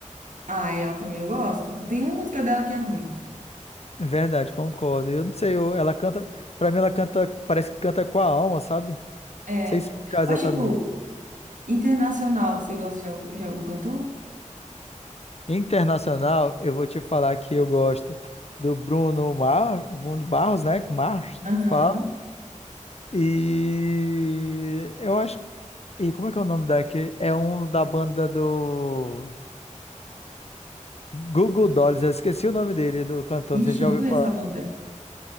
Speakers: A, on the right; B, on the left.
A: Ah, ela também eu gosto. Tem uma música dela que é ruim.
B: É verdade, concordo. Eu não sei, eu- ela canta, pra mim ela canta, parece que canta com a alma, sabe? Não
A: É.
B: sei explicar exatamente.
A: Mas, tipo, internacional, você gosta de algum, de algum cantor?
B: Internacional, eu vou te falar que eu gosto do Bruno Mar, Bruno Barros, né? Marros,
A: Aham.
B: fala. E eu acho. E como é que é o nome daquele? É um da banda do Google Dolls. Eu esqueci o nome dele, do cantor.
A: Ixi,
B: Você já
A: não
B: ouviu
A: conheço
B: falar?
A: a banda.